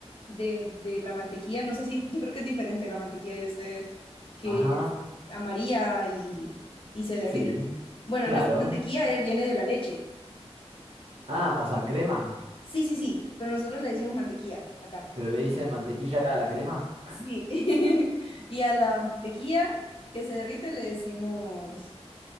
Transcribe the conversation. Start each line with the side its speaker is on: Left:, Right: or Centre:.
Left: de, de la mantequilla, no sé si, yo creo que es diferente la mantequilla de ustedes, que
Right: Ajá,
Left: es amarilla y, y se derrite.
Right: sí,
Left: Bueno,
Right: claro.
Left: nuestra mantequilla eh, viene de la leche.
Right: Ah, o sea, crema.
Left: Sí, sí, sí, pero nosotros le decimos mantequilla acá.
Right: Pero le dicen mantequilla a la crema.
Left: Sí. <laughs> Y a la mantequilla que se derrite le decimos